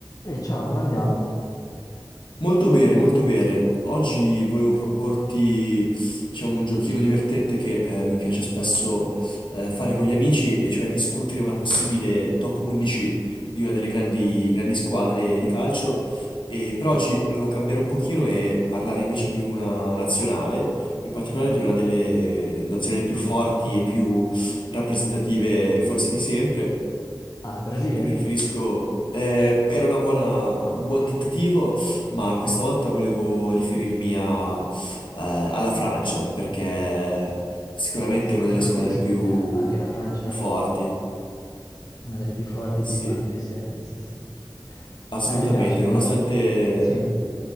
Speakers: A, on the left; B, on the left.
A: Ehi, ciao, come andiamo?
B: Molto bene, molto bene. Oggi volevo proporti, diciamo, un giochino divertente che eh, mi piace spesso eh, fare con gli amici, e cioè discutere una possibile top 11 di una delle grandi, grandi squadre di calcio. E per oggi volevo cambiare un pochino e parlare invece di una nazionale, in particolare di una delle nazionali più forti e più rappresentative forse di sempre.
A: Ah, Brasile?
B: E mi riferisco, eh, era una buona- un buon tentativo, ma questa volta volevo riferirmi a- eh, alla Francia, perché sicuramente
A: Sì,
B: è una delle
A: non
B: squadre
A: si discute,
B: più,
A: eh. anche la Francia,
B: più forti.
A: sì, una delle più forti e
B: Sì,
A: più iconiche di sempre, sì, sì.
B: assolutamente.
A: Dai, mi piace, mi
B: Nonostante,
A: piace, mi- sì,